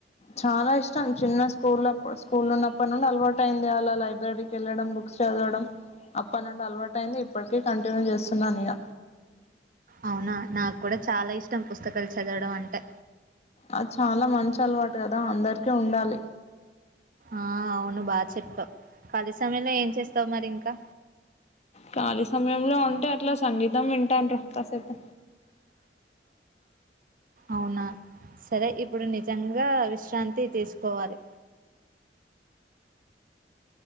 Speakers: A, on the left (about 40°); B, on the right (about 50°).
A: చాలా ఇష్టం చిన్న స్కూల్ప్పు స్కూల్ ఉన్నప్పటి నుండి అలవాటు అయింది అలా లైబ్రరీకి వెళ్ళడం బుక్స్ చదవడం అప్పటి నుండి అలవాటు అయింది ఇప్పటికీ కంటిన్యూ చేస్తున్నాను ఇగ
B: అవునా నాకు కూడా చాలా ఇష్టం పుస్తకాలు చదవడం అంటే
A: అది చాలా మంచి అలవాటు కదా అందరికి ఉండాలి
B: ఆ అవును బా చెప్పావు ఖాళీ సమయంలో ఏం చేస్తావు మరి ఇంకా
A: ఖాళీ సమయంలో ఉంటే అట్లా సంగీతం వింటాండు కాసేపు
B: అవునా సరే ఇప్పుడు నిజంగా విశ్రాంతి తీసుకోవాలి